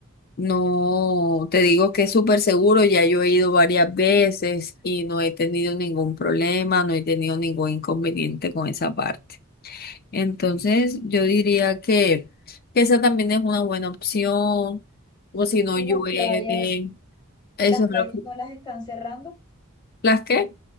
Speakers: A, on the left (about 45°); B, on the left (about 20°).
A: No, te digo que es súper seguro, ya yo he ido varias veces y no he tenido ningún problema, no he tenido ningún inconveniente con esa parte. Entonces, yo diría que, que esa también es una buena opción, o si no
B: ¿Y
A: llueve,
B: las playas?
A: eso
B: ¿Las playas
A: es lo que...
B: no las están cerrando?
A: ¿Las qué?